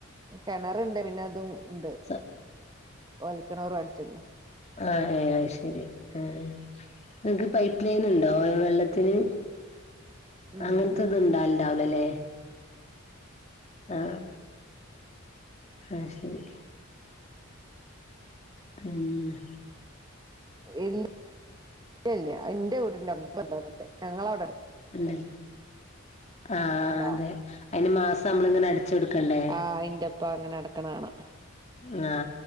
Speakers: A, on the right; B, on the left.
A: കെണറുണ്ട് പിന്നെ അതും ഉണ്ട്.
B: ത
A: വലിക്കണവർ അടിച്ചേക്കണ്
B: ആ അ അയ്ശെരി ആ നിങ്ങ്ക്ക് പൈപ്പ്ലൈൻ ഉണ്ടോ വെള്ളത്തിന്.
A: ഉം
B: അങ്ങനത്തത് ഇണ്ടാവ ഇണ്ടാവൂലല്ലേ. ആ ആ അയ്ശെരി. ഉംന്ന്
A: ഇല്ലാ ഇല്ലൃ എന്റെ വീട്ടിന്റെറ്റവിടൊണ്ട് ഞങ്ങളെ അവിടൊണ്ട്.
B: എന്തിന് ആ
A: ഉണ്ടോ
B: അതെ അതിനുമാസം നമ്മളിങ്ങനെ അടച്ചുകൊടുക്കണ്ടേ.
A: ആ ഇന്റൊപ്പം അങ്ങനെ അടക്കണണാണ്
B: ങ്ങാ